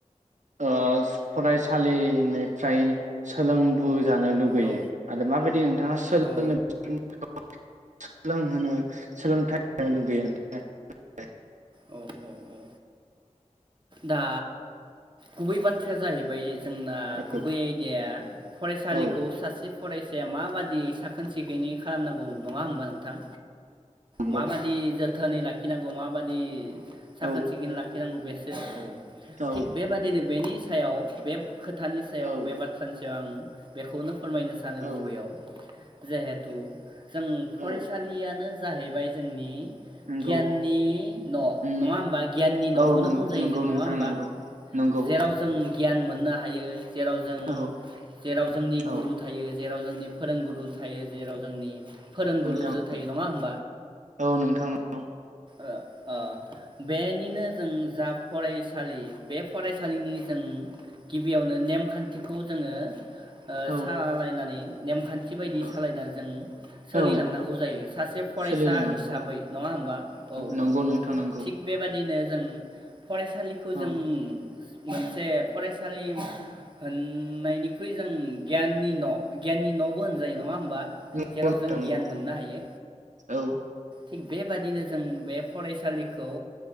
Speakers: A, on the right; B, on the right.
A: ओ फरायसालिनिफ्राय सोलोंबु जानो लुुगैयो
B: औ
A: आरो माबायदि नोंथाङा सोलों
B: औ
A: <unintelligible> <unintelligible> सोलोंहोनो सोलोंथाइ होनो लुगैयो नोंथां <unintelligible>
B: औ औ औ दा गुबै बाथ्राया जाहैबाय जोंना गुबै
A: औ
B: आयदाया फरायसालिखौ
A: औ
B: सासे फरायसाया माबादि साखोन सिखोनै खालामनांगौ नङा होमबा नोंथां
A: नंगौ
B: मा बादि जों जोथोनै लाखिनांगौ माबायदि साखोन
A: औ
B: सिखोन लााखि नांगौ बेसो औ
A: औ
B: थिग बेबादिनो बेनि नि सायाव बे खोथानि सायाव
A: औ
B: बे बाथ्रानि आं बेखौनो फोरमायनो सानो
A: औ
B: गुबैयाव जिहेथु जों
A: औ
B: फरायसालियानो जाहैबाय जोंनि
A: नंगौ
B: गियाननि न
A: उम
B: नङा होमबा गियाननि नखौनो
A: औ नंगौ
B: बुंजायो
A: नंगौ
B: जों
A: नोंथां
B: नङा होमबा
A: नंगौ नंगौ
B: जेराव जों गियान मोननो हायो जेराव जों
A: औ
B: जेराव जोंनि गुरु
A: औ
B: थायो जेराव जोंनि फोरोंगुरु थायो जेराव जोंनि फोरोंगुरुजों
A: नोंथां
B: थायो नङा होम
A: औ नोंथां नंगौ
B: ओ ओ बेनिनो जों जा फरायसालि बे फरायसालिनि जों गिबियावनो नेमखान्थिखौ जोङो ओ
A: औ
B: सालायनानै नेमखान्थि बि बायदि
A: औ
B: सालायना जों सोलिलांनांगौ
A: औ
B: जायो सासे फरायसा
A: सोलिनांगौ
B: हिसाबै नङा होमबा औ
A: नंगौ
B: औ
A: नोंथां नंगौ
B: थिग बेबादि बिदिनो जों फरायसालिखौ जों
A: औ
B: मोनसे फरायसालि होननायनिख्रुइ जों गियाननि न गियाननि नबो होनजायो नङा बा
A: नंगौ
B: जेराव जों
A: नंगौ
B: गियान मोननो हायो
A: औ
B: थिग बेबादिनो जों बे फरायसालिखौ